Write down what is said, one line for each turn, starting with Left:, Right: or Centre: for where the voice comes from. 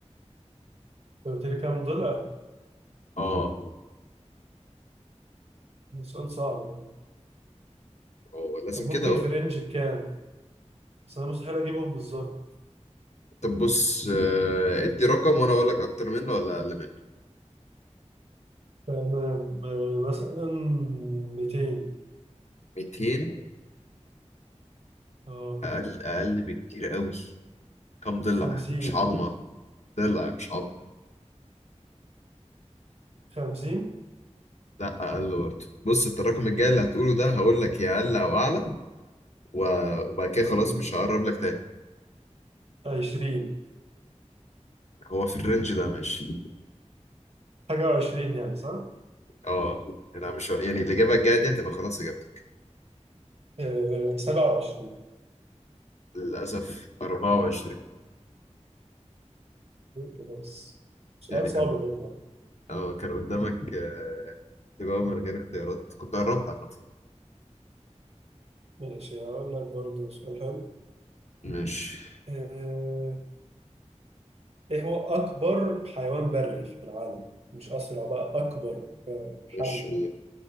Right: قلت لي كام ضلع؟
Left: اه
Right: سؤال صعب يعني
Left: اه لازم
Right: طب
Left: كده
Right: ممكن
Left: اهو
Right: في رينج كام؟ بس أنا مستحيل أجيبهم بالظبط
Left: طب بص آه، ادي رقم وانا اقول لك اكتر منه ولا اقل منه
Right: تمام آه، مثلا 200
Left: 200
Right: أه
Left: اقل اقل بكتير قوي كم ضلع
Right: 50
Left: مش عظمه ضلع مش عظمه
Right: 50
Left: لا اقل برضه بص انت الرقم الجاي اللي هتقوله ده هقول لك يا اقل او اعلى و- وبعد كده
Right: تمام
Left: خلاص مش هقرب لك تاني
Right: 20
Left: هو في الرينج ده ماشي
Right: حاجة 20 يعني صح؟
Left: اه يعني انا مش ه- يعني الاجابه الجايه دي هتبقى خلاص اجابتك
Right: آه، 27
Left: للاسف 24
Right: كده بس سؤال
Left: يعني
Right: صعب
Left: كانوا
Right: برضه يعني.
Left: اه كان قدامك آه، تجاوب من غير اختيارات كنت قربت عامة
Right: ماشي هقول لك برضه سؤال حلو
Left: ماشي
Right: آه، ايه هو اكبر حيوان بري في العالم مش اسرع بقى اكبر آه، حجم
Left: ماشي
Right: يعني